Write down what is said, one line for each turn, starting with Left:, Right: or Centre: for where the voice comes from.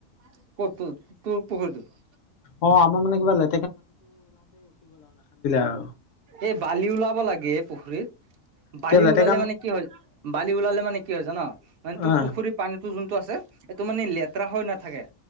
Right: <unintelligible>
Left: অ আমাৰ মানে কিবা লে আৰু
Right: এই বালি ওলাব লাগে পুখুৰীত। বালি
Left: কিয় লেতেকা
Right: ওলালে মানে কি হয়, বালি ওলালে মানে কি হৈ জানো, মানে তোৰ
Left: অ
Right: পুখুৰীত পানীটো যোনটো আছে সেইটো মানে লেতেৰা হৈ নাথাকে।